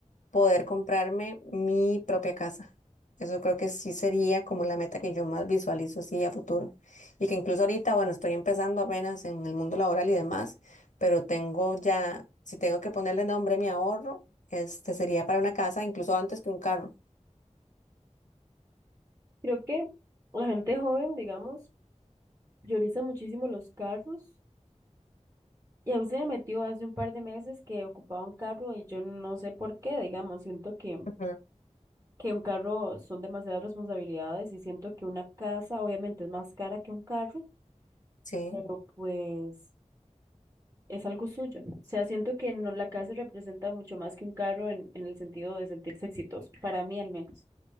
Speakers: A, on the left (about 85°); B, on the right (about 25°).
A: poder comprarme mi propia casa. Eso creo que sí sería como la meta que yo más visualizo así a futuro. Y que incluso ahorita, bueno, estoy empezando apenas en el mundo laboral y demás, pero tengo ya, si tengo que ponerle nombre a mi ahorro, este sería para una casa, incluso antes que un carro.
B: Creo que la gente joven, digamos, prioriza muchísimo los carros. Y a mí se me metió hace un par de meses que ocupaba un carro y yo no sé por qué, digamos, siento que,
A: Ujú.
B: que un carro son demasiadas responsabilidades y siento que una casa obviamente es más cara que un carro,
A: Sí.
B: pero pues... es algo suyo. O sea, siento que no, la casa representa mucho más que un carro en, en el sentido de sentirse exitoso, para mí al menos.